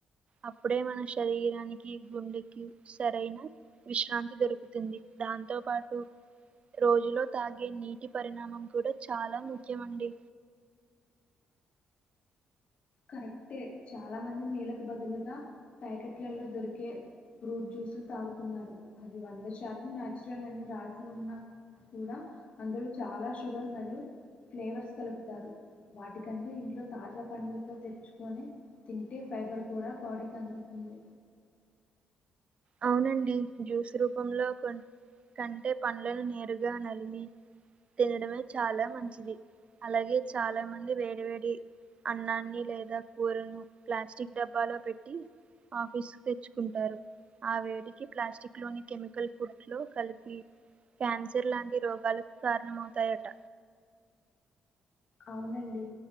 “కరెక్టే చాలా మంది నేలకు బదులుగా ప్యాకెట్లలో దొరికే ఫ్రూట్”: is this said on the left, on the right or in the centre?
Left